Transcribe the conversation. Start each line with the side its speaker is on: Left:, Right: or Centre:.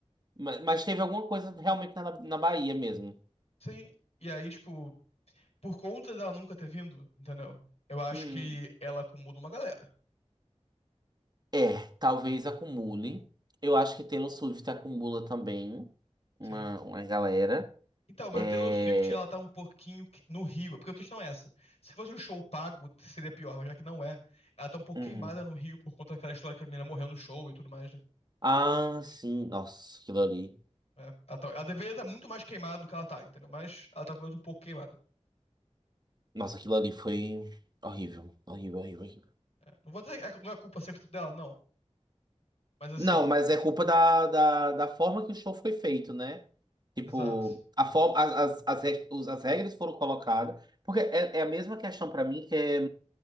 Right: Ma- Mas teve alguma coisa realmente na, na Bahia mesmo.
Left: Sim. E aí, tipo, por conta dela nunca ter vindo, entendeu? Eu acho
Right: Hum.
Left: que ela acomoda uma galera.
Right: É, talvez acumule. Eu acho que Taylor Swift acumula também
Left: Sim.
Right: uma, uma galera.
Left: Então, mas
Right: É.
Left: a Taylor Swift, ela tá um pouquinho que- no Rio, porque a questão é essa. Se fosse um show pago, seria pior, mas já que não é. Ela tá um pouco
Right: uhum.
Left: queimada no Rio por conta daquela história que a menina morreu no show e tudo mais, né?
Right: Ah, sim. Nossa, aquilo ali.
Left: É, ela, tá- ela deveria estar muito mais queimada do que ela tá, entendeu? Mas ela tá pelo menos um pouco queimada.
Right: Nossa, aquilo ali foi horrível. Horrível, horrível, horrível.
Left: É, Não vou dizer que é- não é culpa 100% dela, não. Mas assim,
Right: Não, mas é culpa da, da, da forma que o show foi feito, né? Tipo,
Left: exato.
Right: a forma, as, as, as, reg- os- as regras foram colocadas. Porque é, é a mesma questão pra mim, que é,